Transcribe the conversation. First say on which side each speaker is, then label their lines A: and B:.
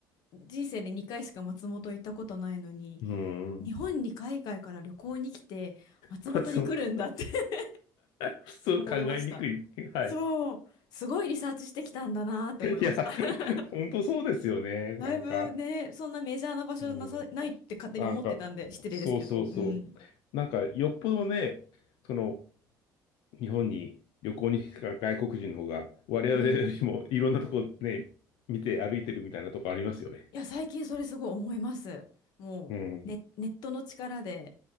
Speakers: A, on the left; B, on the left.
A: 人生で2回しか松本行ったことないのに、
B: うーん
A: 日本に海外から旅行に来て松本に来るんだって
B: 松本。<laughs>
A: <laughs>
B: 普通考えにくい。
A: 思いました。
B: はい。
A: そう、すごいリサーチしてきたんだなって思いました。
B: いや、
A: <laughs>
B: 本当そうですよね。なんか、
A: だいぶね、そんなメジャーな場所なさ、
B: うん、
A: ないって勝手に思ってたんで失礼ですけど、
B: なんか、そうそうそう。
A: うん。
B: なんか、よっぽどね、その、日本に旅行に来た外国人の方が、我々よりもいろんなとこね、
A: うん。
B: 見て歩いてるみたいなとこありますよね。
A: いや、最近それすごい思います。もう、
B: うん、
A: ね、ネットの力で、